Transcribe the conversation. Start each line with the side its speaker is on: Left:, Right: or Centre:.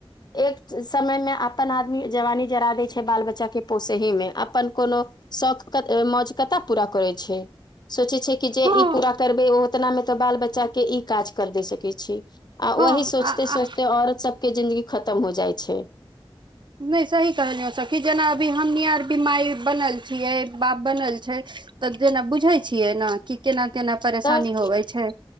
Left: एक समय मे अपन आदमी जवानी जरा दै छै, बाल बच्चा के पोसहैं मे अपन कोनो शौक मौज कत पूरा करै छै। सोचै छै, कि जे
Right: हँ
Left: ई पूरा करबै ओ ओतनामे तऽ बाल बच्चा के ई काज कर दे सकै छी, आ
Right: हँ
Left: वही सोचते
Right: आ
Left: -सोचते
Right: आ
Left: औरत सब के जिन्दगी खतम हो जाइ छै।
Right: नहि सही कहलिय सखी जेना अभी हमही आर भी माय बनल छियै, बाप बनल छै, तऽ जेना बुझै छियै नऽ, कि केना - केना परेशानी
Left: तब
Right: होवै छै,